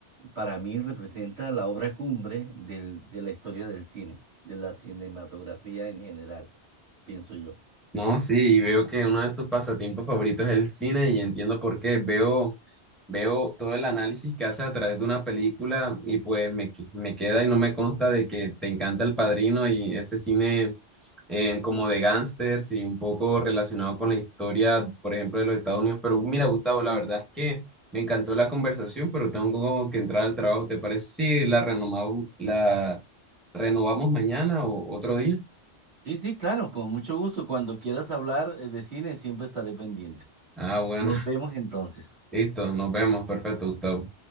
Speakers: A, on the right (about 65°); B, in the centre.
A: para mí representa la obra cumbre del, de la historia del cine, de la cinematografía en general, pienso yo.
B: No, sí, y veo que uno de tus pasatiempos favoritos es el cine y entiendo por qué. Veo, veo todo el análisis que haces a través de una película y pues me, que- me queda y no me consta de que te encanta El Padrino y ese cine eh, como de gángsters y un poco relacionado con la historia, por ejemplo, de los Estados Unidos. Pero mira, Gustavo, la verdad es que me encantó la conversación, pero tengo que entrar al trabajo. ¿Te parece si la renovamos, la renovamos mañana o otro día?
A: Sí, sí, claro, con mucho gusto. Cuando quieras hablar eh, de cine, siempre estaré pendiente.
B: Ah, bueno,
A: Nos
B: <laughs>
A: vemos entonces.
B: listo, nos vemos. Perfecto, Gustavo.